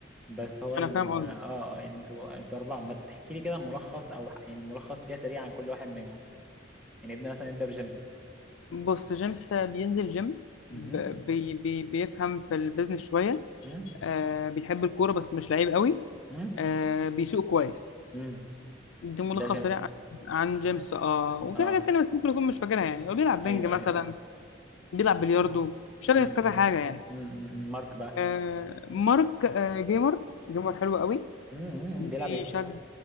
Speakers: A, in the centre; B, on the left.
A: بس هو
B: انا
A: ال...
B: فاهم قصدي
A: اه اه يعني انتوا انتوا اربعه ما تحكي لي كده ملخص او ح- يعني ملخص كده سريع عن كل واحد منكم يعني ابني مثلا يبدأ بجيمس
B: بص جيمس بينزل جيم
A: مهم.
B: ب- بي بي بيفهم في البيزنس شوية
A: مم.
B: آه بيحب الكورة بس مش لعيب قوي
A: مم.
B: آه بيسوق كويس
A: مم.
B: ده ملخص
A: ده جيمس
B: سريع عن عن جيمس اه وفي
A: اه
B: حاجات تانية بس ممكن يكون مش فاكرها يعني هو بيلعب بنج
A: ايوه
B: مثلا
A: ايوه ايوه
B: بيلعب بلياردو شغال
A: مم.
B: في كذا
A: مم.
B: حاجه يعني
A: مم. مم. مارك بقى
B: آه، مارك آه، جيمر جيمر حلو قوي
A: مم.
B: بيشجع
A: مم. بيلعب ايه